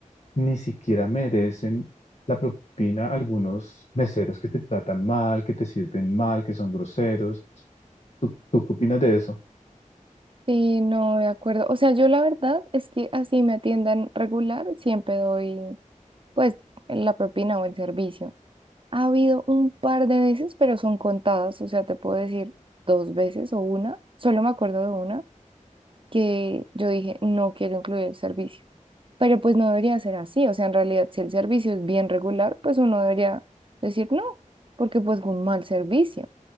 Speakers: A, on the left; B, on the right.
A: ni siquiera merecen la propina algunos meseros que te tratan mal, que te sirven mal, que son groseros. ¿Tú, tú qué opinas de eso?
B: Sí, no, de acuerdo. O sea, yo la verdad es que así me atiendan regular, siempre doy pues la propina o el servicio. Ha habido un par de veces, pero son contadas, o sea, te puedo decir dos veces o una, solo me acuerdo de una que yo dije, no quiero incluir el servicio. Pero pues no debería ser así, o sea, en realidad si el servicio es bien regular, pues uno debería decir no, porque pues fue un mal servicio.